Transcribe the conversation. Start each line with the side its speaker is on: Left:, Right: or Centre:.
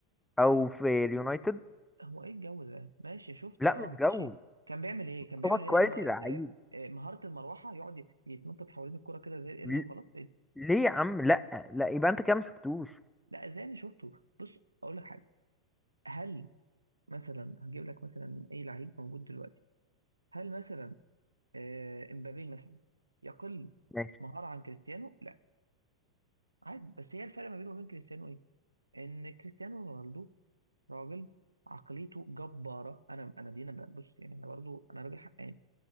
Centre: او في اليونايتد
Right: هو ايه الجو ده ماشي شفته
Centre: لا
Right: اه
Centre: مش
Right: ماشي
Centre: جو
Right: كان بيعمل ايه كان بيعمل
Centre: هو كواليتي
Right: ايه الم... ال-
Centre: لعيب
Right: آه، آه، مهارة المروحة يقعد ي- يتنطط حوالين الكرة كده زي القرد
Centre: ل-
Right: وخلاص إيه؟
Centre: ليه يا عم لا لا يبقى انت كده ما شفتوش
Right: لا زي انا شفته بص اقول لك حاجة هل مثلا هجيب لك مثلا اي لعيب موجود دلوقتي هل مثلا آه، امبابي مثلا يقل
Centre: ماشي
Right: مهارة عن كريستيانو لا عادي بس هي الفرق ما بينه وبين كريستيانو ايه ان كريستيانو رونالدو راجل عقليته جبارة انا انا دي انا بقى- بص يعني انا برضو انا راجل حقاني